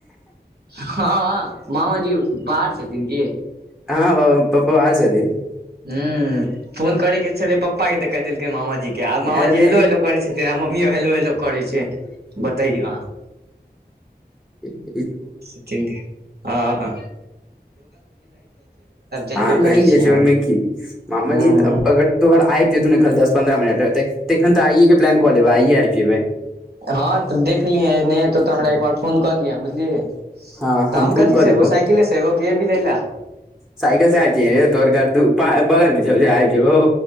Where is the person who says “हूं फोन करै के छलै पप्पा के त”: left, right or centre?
Right